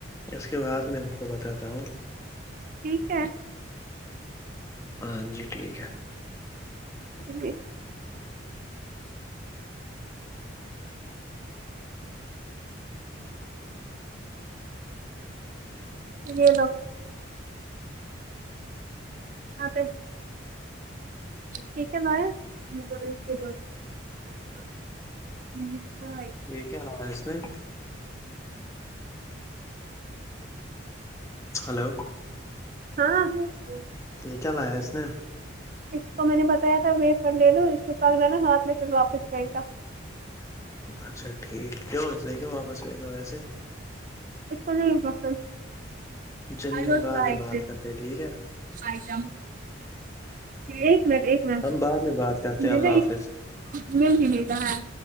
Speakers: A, on the left (about 15°); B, on the right (about 40°).
A: اس کے بعد میں آپ کو بتاتا ہوں
B: ٹھیک ہے
A: ہاں جی ٹھیک ہے
B: جی یہ دو آتے ٹھیک ہے نہ یہ میٹھائی
A: یہ کیا لایا ہے اس نے ہلو
B: ہاں <unintelligible>
A: یہ کیا لایا اس نے
B: اس کو میں نے بتایا تھا و فر لے لو اس سے پ <unintelligible> لا نا ہاتھ میں پھر واپس جئے گا
A: اچھا ٹھیک ہے <unintelligible> وہ جاکے واپس آے گا ویسے
B: اس کو نہیں پسند
A: چلیے
B: ائی ڈونٹ
A: ہم بعد
B: لائک
A: میں بات
B: ڈیز
A: کرتے ٹھیک ہے
B: ائی کم ایک منٹ ایک منٹ
A: ہم بعد میں بات کرتے
B: <unintelligible> وہ
A: ہیں
B: <unintelligible>
A: اللہ حافظ
B: مل ہی نہیں رہا ہے